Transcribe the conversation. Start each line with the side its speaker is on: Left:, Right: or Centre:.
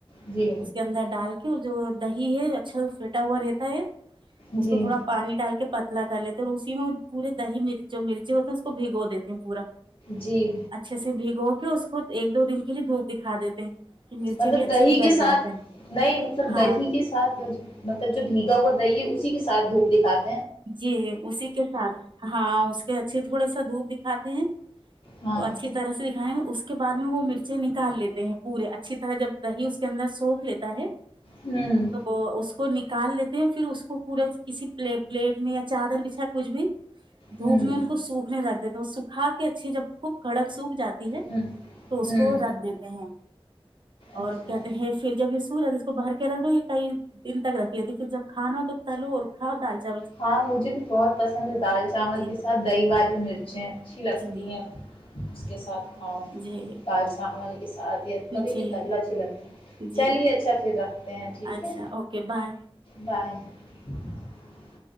Left: جی
Right: اس کے اندر ڈال جو دہی ہے اچھا پٹا ہوا رہتا ہے
Left: جی
Right: اس کو تھوڑا پانی ڈال کے پتلا کر لیتے ہیں اور اسی میں پورے دہی مچ جو مرچ ہوتے ہیں اس کو بھگو دیتے ہیں پورا
Left: جی
Right: اچھے سے بھیگو کہ اس کو ایک دو دن کے لیے دھوپ دکھا دیتے ہیں کہ مرچے
Left: مطلب
Right: بھی اچھے
Left: دہی کے
Right: گل
Left: ساتھ
Right: جاتے ہیں
Left: نہیں مطلب
Right: ہاں
Left: دہی کے ساتھ مطلب جو بھیگا ہوا دہی اس ساتھوپ دکھاتا
Right: جی اسی کے ساتھ ہاں اس کے اچھے تھوڑے سا دھوپ دکھاتے ہیں تو
Left: ہاں
Right: اچھی طرح سے دکھائے اس اس کے بعد میں وہ مرچیں نکال لیتے ہیں پورے اچھی طرح جب دہی اس کے اندر سوپ لیتا ہے
Left: ہوں
Right: تو اس کو ن ڈال لیتے ہیں پھر اس کو پورے کسی پلیپ پلیٹ میں یا چادر پچھا کچھ بھی دھوپ
Left: ہوں
Right: میں ان کو سوکھنے لگ دو سکھا کے اچھیے جب خوب کڑک سوکھ جاتتی ہے
Left: ہوں
Right: تو اس
Left: ہوں
Right: کو رکھ دیتے ہیں اور
Left: اچھا
Right: کہتے ہیں پھر جب یہ سج بھر کے رکھ دو یہ کئی دن تک رکھی تھی پھر جب کھانا ہو تو تلو اورکھاؤ دال چال
Left: ہاں مجھے بھی بہت پسند ہے دال چاول
Right: جی
Left: کے ساتھ دہی والی مرچیں اچھی لگتی
Right: جی
Left: ہیں اس کے ساتھ ہاں
Right: جی
Left: دال چاول کے ساتھ کبھی
Right: جی
Left: بھی تل اچھی لگتی ہے
Right: جی
Left: چلیے اچھا پھر رکھتے ہیں ٹھیک
Right: اچھا
Left: ہے
Right: اوکے بائے
Left: بائے ج